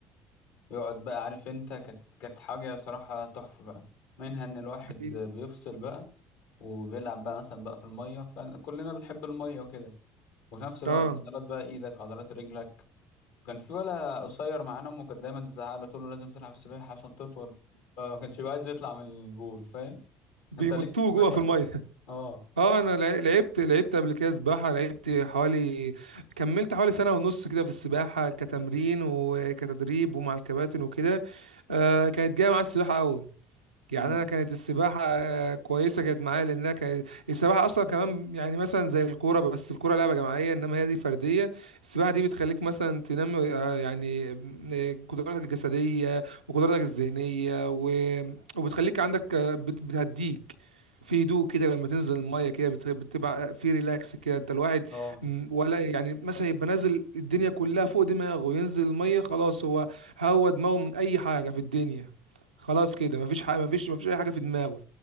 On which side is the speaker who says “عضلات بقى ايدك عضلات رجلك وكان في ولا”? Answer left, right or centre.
Left